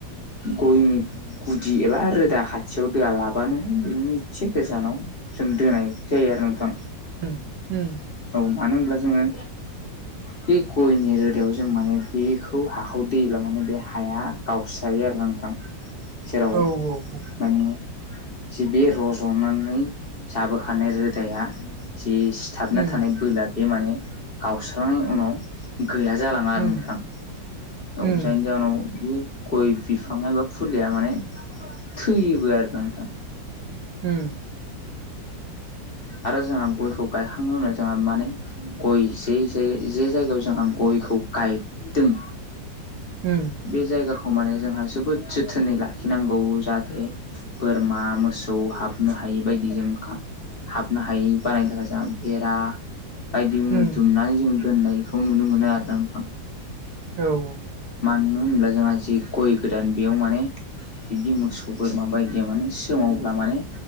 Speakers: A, on the left (about 35°); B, on the right (about 65°).
A: गयनि गुदि एबा रोदा खाथियाव दोआ लाबानो बिनि इसे गोजानाव जों दोनाय जायो आरो नोंथां।
B: <inaudible>
A: औ मानो होनब्ला जोङो बे गयनि रोदायाव जों माने बेखौ हाखौ दैलोमो माने बे हाया गावस्रायो आरो नोंथां। जेराव
B: औ औ
A: माने जि बे रज'नानै जाबोखानाय रोदाया जि हाबना
B: उम
A: थानाय बोला बे माने गावस्रांनायनि उनाव गैया जालाङा आरो
B: उम
A: नोंथां औ
B: उम
A: जायनि जाउनाव बे गय बिफां एबा फुलिया माने थैयोबो आरो नोंथां।
B: हम।
A: आरो जोंहा गयखौ गायखांनो उनाव जोंहा माने गय जे जे जे जायगायाव जोंहा गयखौ गायदों।
B: हम।
A: बे जायगाखौ माने जोंहा जोबोद जोथोनै लाखिनांगौ जाहाथे बोरमा मोसौ हाबनो हायि बायदि जों खा हाबनो हायि बानायनो थाखाय जों बेरा बायदि
B: उम
A: दुमनानै जों दोननायखौ नुनो मोनो आरोना नोंथां।
B: औ औ।
A: मानो होनोब्ला जोंहा जे गय गोदान बेयाव माने बिदि मोसौ बोरमा बायदि माने सोमावब्ला माने